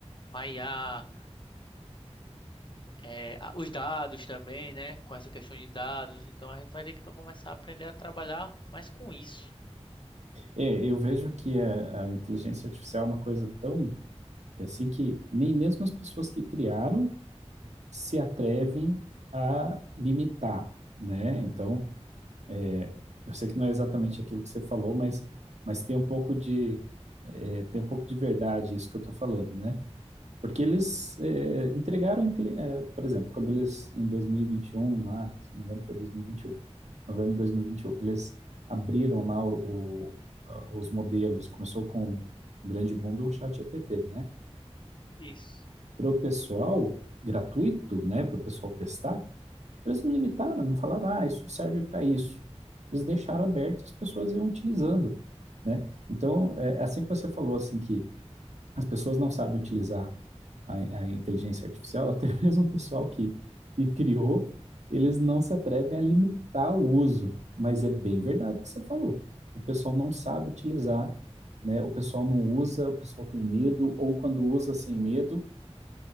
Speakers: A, on the left; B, on the right.
A: a IA, é, a- os dados também, né? Com essa questão de dados, então a gente vai ter que começar a aprender a trabalhar mais com isso.
B: É, eu vejo que a, a inteligência artificial é uma coisa tão é assim que nem mesmo as pessoas que criaram se atrevem a limitar, né? Então, é, eu sei que não é exatamente aquilo que você falou, mas, mas tem um pouco de é, tem um pouco de verdade isso que eu estou falando, né? Porque eles é, entregaram, inte- é, por exemplo, quando eles, em 2021, lá, se não me engano foi 2021, novembro de 2021, eles abriram lá o- o- a- os modelos, começou com o grande boom do ChatGPT, né?
A: Isso.
B: Para o pessoal, gratuito, né, para o pessoal testar, eles não limitaram, não falaram, ah, isso serve para isso. Eles deixaram aberto e as pessoas iam utilizando, né? Então, é assim que você falou, assim, que as pessoas não sabem utilizar a, a inteligência artificial, <laughs> até mesmo o pessoal que, que criou, eles não se atrevem a limitar o uso. Mas é bem verdade o que você falou. O pessoal não sabe utilizar, né? O pessoal não usa, o pessoal tem medo, ou quando usa sem medo,